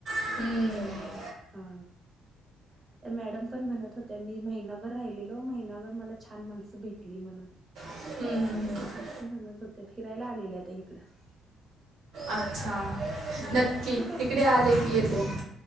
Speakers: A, on the right; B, on the right.
A: हम्म.
B: हा. त्या मॅडम पण म्हणत होत्या, मी महिनाभर राहिलेलो. महिनाभर मला छान माणसं भेटली म्हणून.
A: हम्म. हम्म. हम्म.
B: असं म्हणत होत्या. फिरायला आलेल्या त्या इकडं.
A: अच्छा!
B: हम्म
A: नक्की,
B: तुम्ही कुठे
A: तिकडे आले की येते.